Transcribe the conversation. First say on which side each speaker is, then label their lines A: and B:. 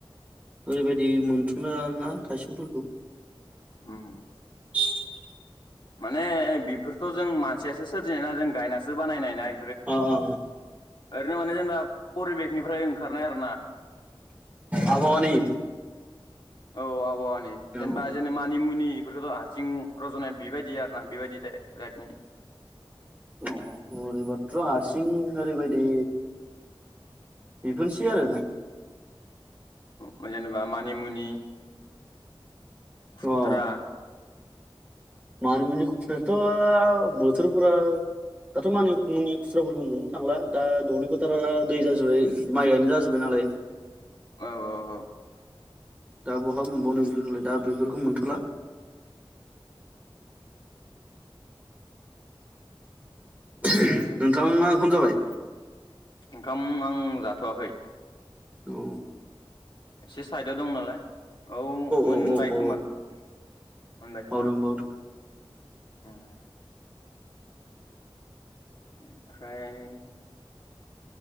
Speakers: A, on the right (about 15°); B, on the left (about 55°).
A: ओरैबायदि मोनथ'नोना थायसुमफोरखौ
B: ओम
A: <inaudible>
B: माने बेफोरथ' जों मानसियासो सोरजिनाय ना जों गायनासो बानायनायनाय
A: अ अ
B: ओरैनो माने जेनेबा परिबेकनिफ्राय ओंखारनाय आरो ना
A: आबहावानि
B: औ आ जेनेबा
A: औ
B: जेने मानिमुनि बेफोरखौथ' हारसिं रज'नाया बेबायदि आरो ना बेबायदि लानि
A: अ ओरैबाथ्र' हारसिं ओरैबायदि बिफोरनोसै आरोना
B: औ जेनेबा मानिमुनि खुत्रा
A: औ मानिमुनि खुथ्रायाथ' बोथोरफोरा दाथ' मानिमुनि खुथ्राफोरखौ मोननो थांला दा दुब्लि फोथारा दै जाजोब्बाय माइ गायनाय जाजोब्बाय नालाय।
B: औ औ
A: दा बहा मोनबावनो बेफोरखौलाय दा बेफोरखौ मोनथ'ला <inaudible>
B: ओमफ्राय
A: नोंथांङा ओंखाम जाबाय।
B: ओंखाम आं जाथ'वाखै।
A: औ।
B: एसे साइदआव दं नालाय औ मोनबाय
A: औ औ औ
B: खोमा मोनबाय
A: बावदों
B: खोमा।
A: बावदों
B: उम। ओमफ्राय